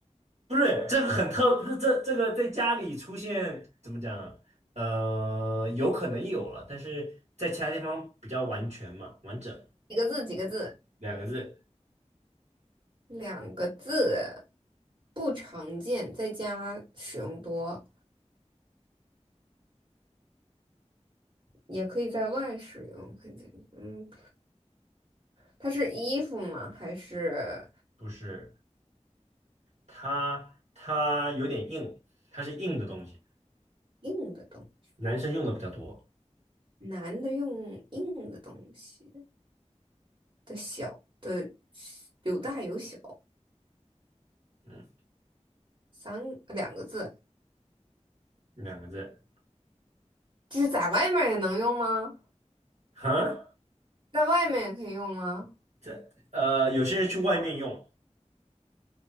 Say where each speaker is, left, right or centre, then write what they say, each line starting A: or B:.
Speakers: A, on the right (about 70°); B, on the right (about 45°).
A: 不是这个很特，不是这这个在家里出现怎么讲啊？呃，有可能有了，但是在其他地方比较完全嘛，完整
B: <laughs> 几个字，几个字，
A: 两个字，
B: 两个字，不常见，在家使用多，也可以在外使用，肯定，嗯，它是衣服吗？还是
A: 不是它它有点硬，它是硬的东西，
B: 硬的东西？
A: 男生用的比较多，
B: 男的用硬的东西的小的有大有小，
A: 嗯，
B: 三两个字，
A: 两个字，
B: 就是在外面也能用吗？
A: 哈，
B: 在外面也可以用吗？
A: 这呃有些人去外面用，